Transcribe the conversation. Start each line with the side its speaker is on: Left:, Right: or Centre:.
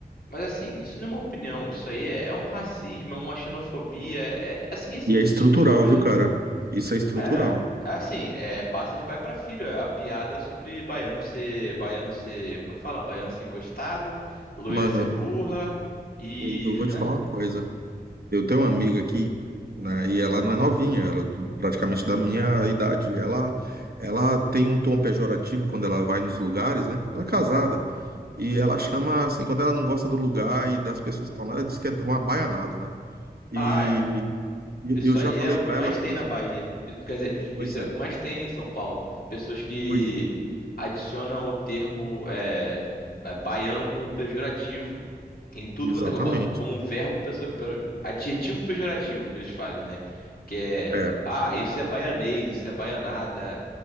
Left: Mas assim, isso não é uma opinião, isso aí é é um racismo, é uma xenofobia, é é, assim, é sempre
Right: E é estrutural,
Left: esse tipo de coisa,
Right: viu, cara?
Left: né?
Right: Isso é estrutural.
Left: É, assim, é passa de pai pra filho, a a piada sobre baiano ser, baiano ser, como é que fala? Baiano ser encostado, loira
Right: Mano,
Left: ser burra e,
Right: eu, eu vou
Left: né?
Right: te falar uma coisa. Eu tenho uma amiga aqui, né, e ela não é novinha, ela é praticamente da minha idade. Ela, ela tem um tom pejorativo quando ela vai nos lugares, né? Ela é casada. E ela chama, assim, quando ela não gosta do lugar e das pessoas que estão lá, ela diz que é uma baianada, né? E
Left: Ah, é.
Right: e
Left: Isso
Right: eu já
Left: aí
Right: falei
Left: é o que
Right: pra
Left: mais
Right: ela, eu falei
Left: tem
Right: o
Left: na
Right: seguinte,
Left: Bahia. Isso- Quer dizer,
Right: pois
Left: isso aí
Right: é,
Left: é o que mais tem em São Paulo. Pessoas que
Right: pois,
Left: adicionam o termo é, é, baiano como pejorativo. Em tudo
Right: exatamente.
Left: quanto é coisa. Botam como um verbo, pejo- pe- adjetivo pejorativo que eles fazem, né? Que é,
Right: É.
Left: ah, isso é baianês, isso é baianada.